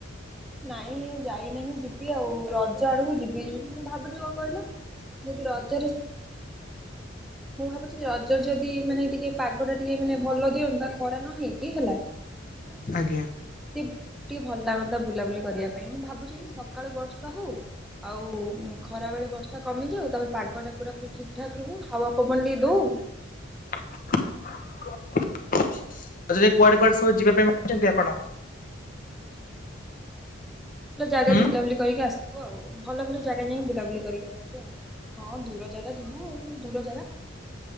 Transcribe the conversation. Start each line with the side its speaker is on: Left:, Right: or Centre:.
Centre: ନାଇଁ ଯାଇନାହିଁ ଯିବି ଆଉ ରଜ ଆଡକୁ ଯିବି ମୁଁ ଭାବୁଛି କଣ କହିଲ? ଯଦି ରଜରେ ମୁଁ ଭାବୁଛି ରଜ ଯଦି ମାନେ ଟିକେ ପାଗ ଟା ଟିକେ ମାନେ ଭଲ ଦିଅନ୍ତା ଖରା ନ ହେଇକି ହେଲା। ହୁଁ।
Left: ଆଜ୍ଞା।
Centre: ସେ ଟିକେ ଭଲ ଲାଗନ୍ତା ବୁଲାବୁଲି କରିବା ପାଇଁ ମୁଁ ଭାବୁଛି ଏଇ ସକାଳୁ ବର୍ଷା ହଉ। ଆଉ ଖରାବେଳେ ବର୍ଷା କମିଯାଉ ତମେ ପାଗ ଠାକୁରା ପୁର ଠିକ୍ ଠାକ୍ ରହୁ ହାୱା ପବନ ଟିକେ ଦେଉ।
Left: କୁଆଡେ କୁଆଡ ସବୁ ଯିବା ପାଇଁ ବାହାରି ଛନ୍ତି ଆପଣ?
Centre: ଭଲ ଜାଗା
Left: ହୁଁ
Centre: ଯ ବୁଲାବୁଲି କରିକି ଆସିବୁ ଆଉ ଭଲ ଭଲ ଜାଗା ଯାଇକି ବୁଲାବୁଲି କରିକି ଆସିବୁ ଆଉ। ହଁ ଦୂର ଜାଗା ଯିବୁ ଦୂର ଜାଗା।